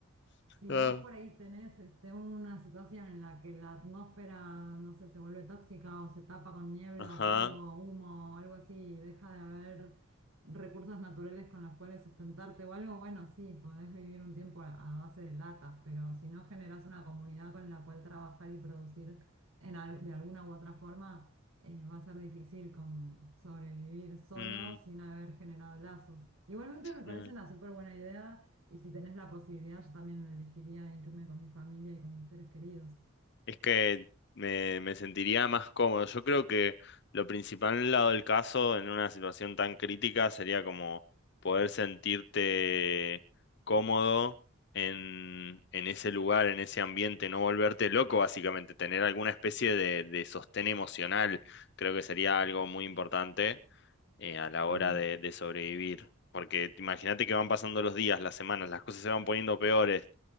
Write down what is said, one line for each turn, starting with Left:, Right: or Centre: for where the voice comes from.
Right: si
Left: Ah.
Right: vos por ahí tenés este, una situación en la que la atmósfera, no sé, se vuelve tóxica o se tapa con niebla
Left: Ajá.
Right: o polvo o humo o algo así y deja de haber recursos naturales con los cuales sustentarte o algo, bueno, sí, podés vivir un tiempo a, a base de latas, pero si no generás una comunidad con la cual trabajar y producir en al- de alguna u otra forma, eh, va a ser difícil como sobrevivir solo
Left: Mm,
Right: sin haber generado lazos. Igualmente me parece
Left: sí.
Right: una súper buena idea y si tenés la posibilidad, yo también lo elegiría irme con mi familia y con mis seres queridos.
Left: Es que me, me sentiría más cómodo. Yo creo que lo principal en el lado del caso, en una situación tan crítica, sería como poder sentirte cómodo en, en ese lugar, en ese ambiente, no volverte loco, básicamente, tener alguna especie de, de sostén emocional, creo que sería algo muy importante eh, a la hora
Right: Sí,
Left: de, de sobrevivir. Porque imagínate que van pasando los días, las semanas, las cosas se van poniendo peores